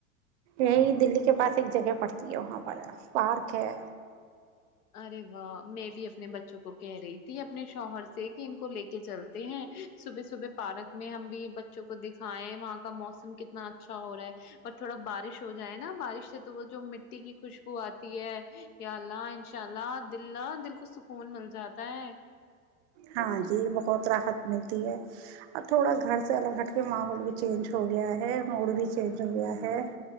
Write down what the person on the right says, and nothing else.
یہی دلی کے پاس ایک جگہ پڑتی ہے وہاں پر پارک ہے
ہاں جی بہت راحت ملتی ہے اور تھوڑا گھر سے الگ ہٹ کے ماحول بھی چینج ہو گیا ہے موڈ بھی چینج ہو گیا ہے